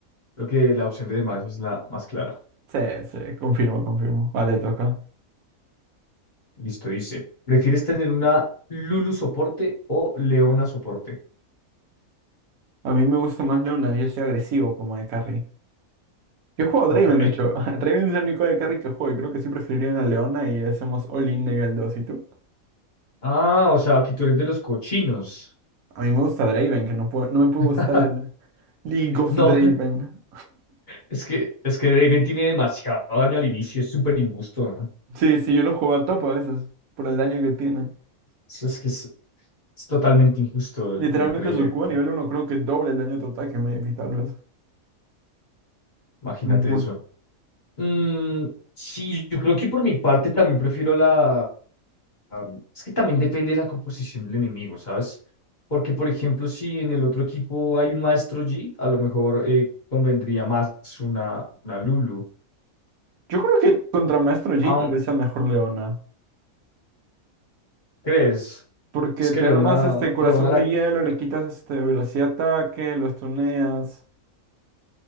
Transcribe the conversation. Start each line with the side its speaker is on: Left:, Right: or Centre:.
Left: creo que la opción de Demacia es la más clara.
Right: Sí, sí, confirmo, confirmo. Va, te toca.
Left: Listo, dice, ¿prefieres tener una Lulu soporte o Leona soporte?
Right: A mí me gusta más Leona, yo soy agresivo como de carry. Yo juego a
Left: Ok.
Right: Draven, de hecho. <laughs> Draven es el único de carry que juego y creo que sí preferiría una Leona y hacemos all-in nivel 2. ¿Y tú?
Left: Ah, o sea, aquí tú eres de los cochinos.
Right: A mí me gusta Draven, que no puede, no me puede
Left: <laughs>
Right: gustar el League of
Left: No,
Right: Draven.
Left: es que, es que Draven tiene demasiado daño al inicio, es súper injusto.
Right: Sí, sí, yo lo juego a top a veces por el daño que tiene.
Left: Sí, Es que es, es totalmente injusto el,
Right: Literalmente
Left: el Raven,
Right: su Q a nivel uno creo que doble el daño total que Maybe, tal vez.
Left: imagínate
Right: Muy.
Left: eso. Mm, sí, yo creo que por mi parte también prefiero la... am, es que también depende de la composición del enemigo, ¿sabes? Porque, por ejemplo, si en el otro equipo hay un Maestro G, a lo mejor eh, convendría más una, una Lulu.
Right: Yo creo que contra Maestro Yi
Left: Aún,
Right: tal vez sea mejor Leona.
Left: ¿crees?
Right: Porque
Left: Es que
Right: te
Left: Leona,
Right: armas este corazón
Left: Leona la,
Right: de hielo, le quitas este velocidad de ataque, lo stuneas.